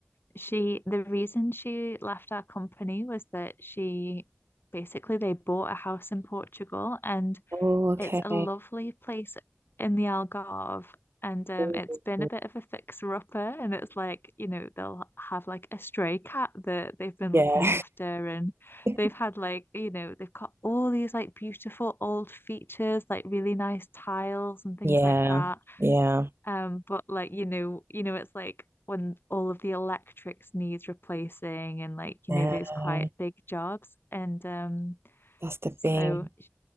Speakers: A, on the left; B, on the right.
A: she, the reason she left our company was that she basically they bought a house in Portugal and
B: Oh, okay.
A: it's a lovely place in the Algarve, and um,
B: Ooh.
A: it's been a bit of a fixer-upper. And it's like, you know, they'll have like a stray cat that they've been
B: Yeah.
A: looking after, and
B: <laughs>
A: they've had like, you know, they've got all these like beautiful old features, like really nice tiles and things
B: Yeah.
A: like that.
B: Yeah.
A: Um, but like, you know, you know, it's like when all of the electrics needs replacing, and like, you
B: Yeah.
A: know, these quite big jobs, and um.
B: That's the thing.
A: So